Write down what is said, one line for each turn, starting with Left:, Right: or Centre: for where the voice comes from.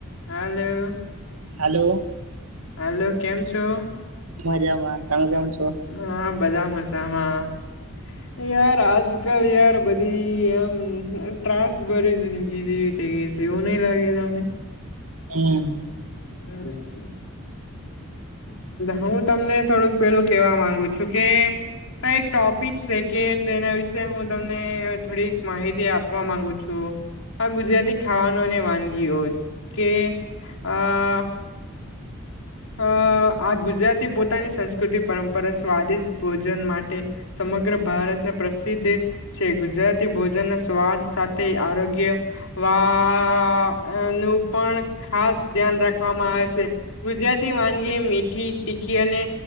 Left: હાલો.
Right: Hello.
Left: Hello, કેમ છો?
Right: મજામાં. તમે કેમ છો?
Left: હા બધા મજામાં. યાર આજકાલ યાર બધી એમ ત્રાસ ભરી જિંદગી જેવી થઈ ગઈ. તેવું નહીં લાગે તમને?
Right: હમ.
Left: હમ. હું તમને થોડુંક પેલું કેવા માંગુ છું કે આ એક ટોપિક છે કે તેના વિશે હું તમને થોડીક માહિતી આપવા માંગુ છું. આ ગુજરાતી ખાવાનો ને વાનગીઓ કે આ અ આ ગુજરાતી પોતાની સંસ્કૃતિ પરંપરા સ્વાદિષ્ટ ભોજન માટે સમગ્ર ભારતને પ્રસિદ્ધ છે. ગુજરાતી ભોજનના સ્વાદ સાથે આરોગ્ય વા નું પણ ખાસ ધ્યાન રાખવામાં આવે છે. ગુજરાતી વાનગી મીઠી, તીખી અને